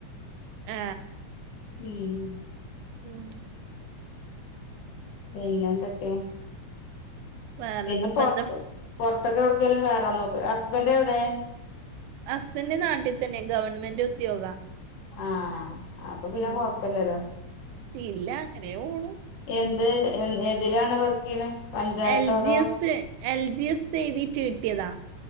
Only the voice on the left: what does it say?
ഉം
പിന്നെ എന്തൊക്കെ.
പിന്നെ പുറത്ത്
പുറത്തൊക്കെ എവിടക്കലും കയറാൻ നോക്ക് ഹസ്ബൻഡ് എവിടെ
ആ അപ്പൊ പിന്നെ
കൊഴപ്പില്ലരോ
എന്ത് എ ഏതിലാണ് വർക്ക് ചെയ്യണെ പഞ്ചായത്തോ
അതോ